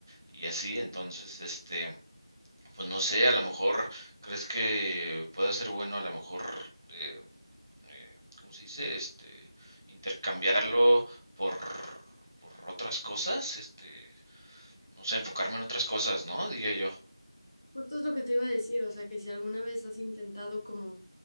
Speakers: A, on the right (about 40°); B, on the left (about 30°).
A: y así. Entonces, este, pues no sé, a lo mejor crees que pueda ser bueno, a lo mejor, eh, eh, ¿cómo se dice? Este, intercambiarlo por, por otras cosas, este, no sé, enfocarme en otras cosas, ¿no? Diría yo.
B: Justo es lo que te iba a decir, o sea, que si alguna vez has intentado como